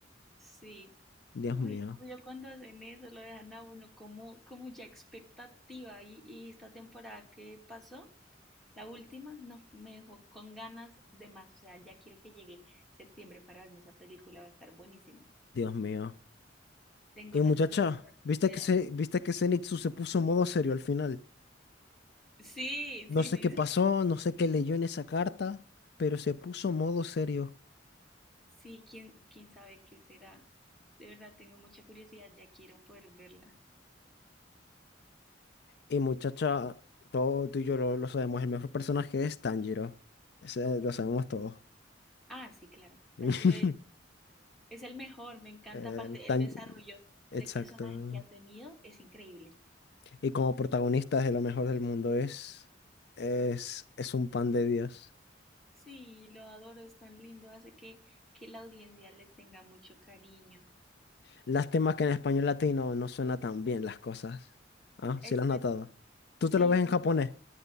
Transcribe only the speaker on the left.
Dios
mío,
Dios mío.
Y muchacha,
¿viste
que se, viste que Zenitsu se puso en modo serio al final?
No sé
qué pasó,
no sé qué leyó en esa carta, pero se puso en modo serio.
Y muchacha, todo tú y yo lo, lo sabemos, el mejor personaje es Tanjiro. Ese lo sabemos todos.
<laughs>
Eh,
Tan-
Exacto.
Y como protagonista de lo mejor del mundo es, es, es un pan de Dios.
Lástima que en español latino no suena tan bien las cosas. Ah,
sí las has notado. ¿Tú
te lo ves
en japonés?